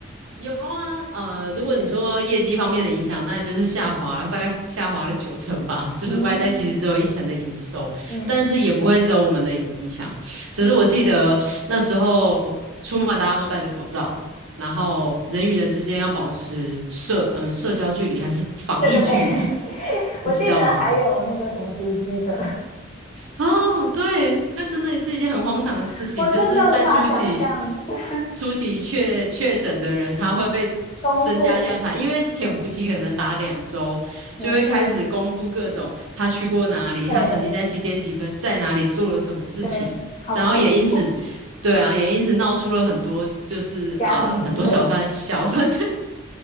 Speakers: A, on the right; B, on the left.
A: 有啊，呃，如果你说业绩方面的影响，那就是下滑了，大概下滑了九成吧。<laughs> 就是外带其实只有一成的营收，
B: 嗯嗯，
A: 但是也不会只有我们的影响。只是我记得那时候出门大家都戴着口罩，
B: 嗯，
A: 然后人与人之间要保持社嗯、社交距离还是防疫距离，
B: 对对对，<laughs>
A: 你知道吗？
B: 我记得还有那个什么足迹的，
A: 哦，对，那那真的是一件很荒唐的事情，
B: <laughs> 我真的无法想象。
A: 就是在初期，
B: 对，
A: 初期确确诊的人，他会被身家调查，
B: 公布，
A: 因为潜伏期可能打两周，
B: 没错，
A: 就会开始公布各种他去过哪里，
B: 对。
A: 他曾经在几点几分在哪里做了什么事情，
B: 对，好恐怖，
A: 然后也因此，对啊，也因此闹出了很多，就是啊、
B: 家庭失和，
A: 呃很多小三小三，